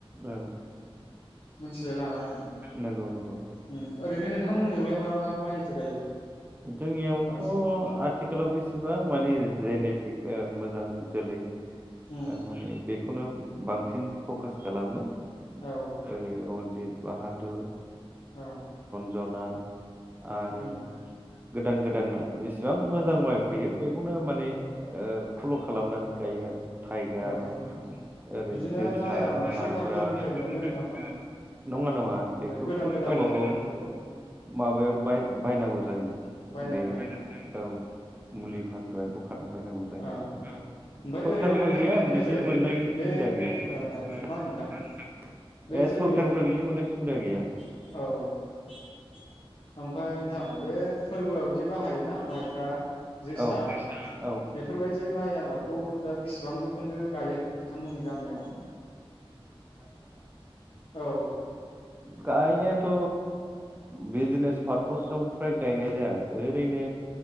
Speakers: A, on the right; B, on the left.
A: औ
B: मिथिलाय लाङा आङो
A: नंगौ नंगौ
B: उम ओरैनो नोंथांमोननियावलाय मा मा माइथो गायो?
A: जोंनियावथ'
B: बांसिन
A: आथिखालाव बेसेबां मान नि जेनेटिक ओ मोजां जोलै
B: उम
A: माने बेखौनो बांसिन फकास खालामो। ओैरै
B: औ
A: रन बेद बाहादुर
B: औ
A: जना आरो
B: उम
A: गोदान गोदाना बिसिबां मोजां माइ फैयो बेखौनो माने
B: उम
A: ओ फल खालामनानै गायो आरो टाइगार
B: औ औ औ
A: ओरै
B: बिदिनो
A: जोसा
B: माइया मा
A: माइब्रा
B: सरखारफोरनिफ्राय
A: <unintelligible>
B: मोनो नामा
A: नङा नङा बेखौ
B: बे गोदान
A: खुद
B: गोदान
A: गावब
B: माइ
A: गाव
B: फैनायफोरखौ
A: माबायाव बाय बायनांगौ जायो।
B: बायनांगौ
A: बे
B: जायोना
A: औ
B: उम
A: मुलि फानग्रा दखानाव बाय नांगौ जायो
B: औ
A: आरो
B: ओमफ्राय
A: सरखारनिफ्राय
B: ओरैनो नोंथांमोननिफ्राय
A: गैया बिदि मोननाय
B: बे
A: सुबिदा
B: ओ
A: गैया सरखारनिफ्राय
B: मा होनो नोंथां बे
A: ए
B: जोंनि
A: सरखारनिफ्राय बिदि मोननाय सुबिदा गैया।
B: औ ओमफाय नोंथां बे फोरबोआवदि बाहायो ना माइब्रा जोसा
A: औ औ
B: बेफोरबायदि माइ आबादखौ दा बेसिबां जौखोन्दो गायो नोंथांमोननि गामियाव? औ
A: गायनायथ' बिजनेस पारपसाव फ्राय गायनाय जाया ओरैनो